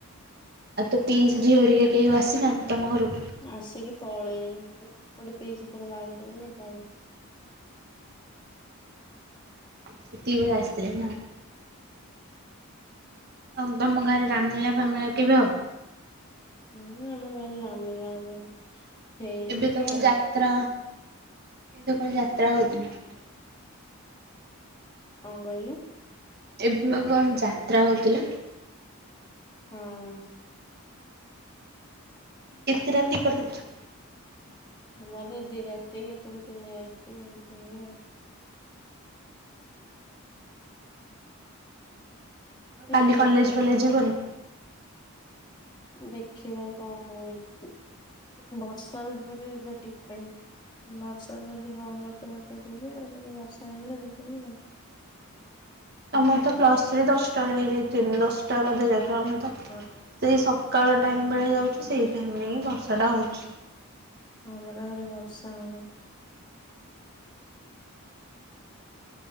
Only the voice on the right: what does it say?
ଆଉ ତୋ ପିଇସି ଝିଅ ହେରିକା କେହି ଆଉ ଆସିନାହାନ୍ତି, ତମ ଘରୁକୁ
ସେତିକି ବେଳେ ଆସଥିଲେ ନା? ଆଉ ତମ ଗାଁରେ ରାମ୍ ଲିଳା ଫାମ୍ ଲିଳା କେବେ ହବ?
ଏବେ ତ କଣ ଯାତ୍ରା ଏଇ ତ କଣ ଯାତ୍ରା ହଉଥିଲା।
ଏବେ ବା କଣ ଯାତ୍ରା ହଉଥିଲା?
କେତେ ରାତି। <unintelligible>
କାଲି
କଲେଜ୍
ଫଲେଜ୍ ଯିବନି?
ତମର ତ ପ୍ଲସଥ୍ରୀ ଦଶଟା ବେଳେ ହେଇଯାଇଚି, ଦଶଟା ବଧେ ଯାଇଥିବ। ଆମେ ତ ସେଇ
ସ ସକାଳ ଟାଇମ୍ ବେଳିଆ ଯାଉଚୁ ସେଇ ଟାଇମ୍ ରେ ହିଁ ବର୍ଷାଟା ହଉଚି।